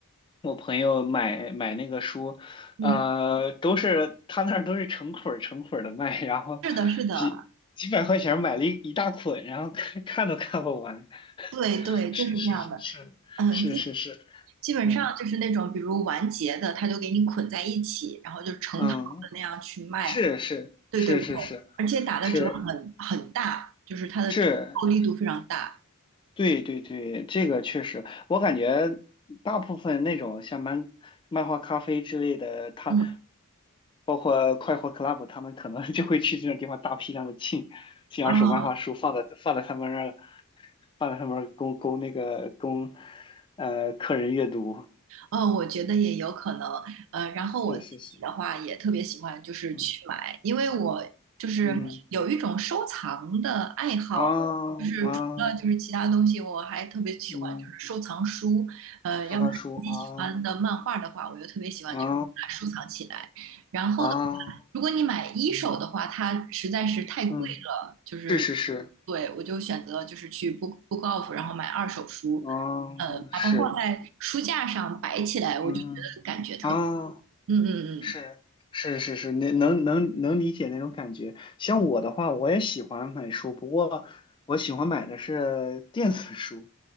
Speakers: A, on the left (about 20°); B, on the right (about 60°).
A: 我朋友买买那个书，
B: 嗯，
A: 呃，都是他那儿都是成捆儿成捆儿的卖，然后几几百块钱买了一一大捆，
B: 是的，是的，
A: 然后看看都看不完。
B: 对对，
A: 是是是是是是是，
B: 就是这样的，嗯。基本上就是那种比如完结的，
A: 嗯
B: 他就给你捆在一起，然后就成套的那样去卖。
A: 嗯，是是是是是
B: 对对对，而且打的折很很大，
A: 是
B: 就是它的折扣力度非常大。
A: 是，对对对，这个确实，我感觉大部分那种像漫漫画咖啡之类的，他。
B: 嗯
A: 包括快活 club，他们可能就会去这种地方大批量的进进二手漫画书，
B: 啊，
A: 放在放在他们那儿，放在他们那儿供供那个供呃客人阅读。
B: 呃，我觉得也有可能，呃，然后我自己的话也特别喜欢，
A: 对，是是，
B: 就是去买，
A: 嗯
B: 因为我就是有一种收藏的爱好，
A: 嗯啊
B: 就是除了就是其他东西，
A: 啊
B: 我还特别喜欢就是收藏书，
A: 嗯，
B: 呃，
A: 收藏书啊
B: 要是自己喜欢的漫画的话，我就特别喜欢就是把它收藏起来。
A: 啊
B: 然后的话，
A: 啊
B: 如果你买一手的话，
A: 嗯
B: 它实在是太贵了，
A: 嗯，
B: 就是
A: 是是是，
B: 对我就选择就是去 Book Book Off，然后买二手书。
A: 啊是
B: 呃，把它放在书架上摆起来，我就觉得感觉特别。
A: 嗯啊
B: 嗯嗯嗯，
A: 是是是是，那能能能理解那种感觉。像我的话，我也喜欢买书，不过我喜欢买的是 <laughs> 电子书。